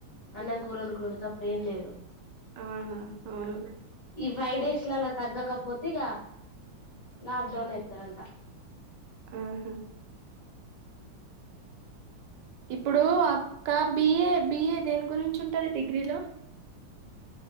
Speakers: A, on the left (about 50°); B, on the right (about 70°).
A: అన్నం కూర వండుకొని తప్ప ఏం లేదు
B: ఆహా! అవును.
A: ఈ ఫైవ్ డేస్ లల్ల తగ్గకపోతే తిగా లాక్ డౌన్ ఎత్తరంట
B: ఆహా ఇప్ ఇప్పుడు అక్క బిఏ బిఏ దేని గురించి ఉంట్టది డిగ్రీలో